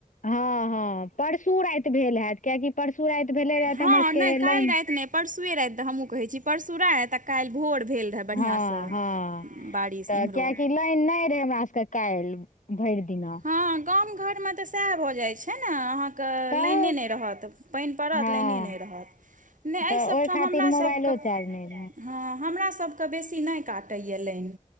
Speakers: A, on the left; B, on the right.
A: हँ-हँ परसू रैत भेल। हेऽत किएकि परसू रैत भेल रहे।
B: हँ
A: तऽ हमर सब
B: नहि
A: के
B: काल्हि
A: लाइट
B: राति नहि परसुए रैत। त हमहुं कहेै छी। परसु रैत आ कैल्ह भोर भेल। रहै बढ़िआँसँ
A: हँ-हँ
B: बारिश
A: तऽ
B: इम्हरो
A: कियकी लाइन नैय रहै। हमरा सब के कैल्ह। भैर दिन।
B: हँ गाम घर मे तऽ सएह भऽ जाय छै। ने आहाँ के
A: तऽ
B: लाइने नैय रहत। पैन पड़त
A: हँ
B: लाइने नैय रहत। नहि एहि
A: तऽ
B: सभठाम
A: ओय खातिर
B: हमरासभके
A: मोबाइलो चार्ज नैय।
B: हँ हमरा सब के बेसी नैय काटैया लैइन।